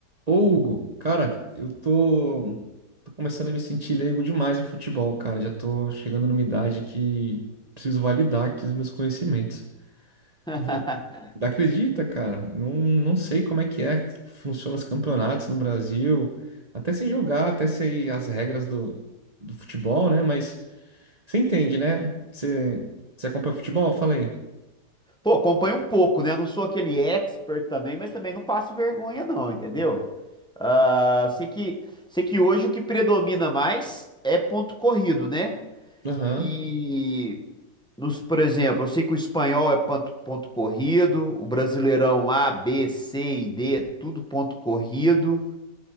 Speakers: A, on the right; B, in the centre.
A: Ô, Hugo, cara, eu tô, tô começando a me sentir leigo demais em futebol, cara. Já tô chegando numa idade que preciso validar aqui os meus conhecimentos.
B: <laughs>
A: Vo- Acredita, cara? Não, não sei como é que é, que funcionam os campeonatos no Brasil. Até sei jogar, até sei as regras do, do futebol, né? Mas você entende, né? Você, você acompanha futebol? Falei.
B: Pô, acompanho um pouco, né? Eu não sou aquele expert também, mas também não passo vergonha, não, entendeu? Ah, sei que, sei que hoje o que predomina mais é ponto corrido, né?
A: Aham.
B: E nos, por exemplo, eu sei que o espanhol é ponto, ponto corrido, o brasileirão A, B, C e D é tudo ponto corrido.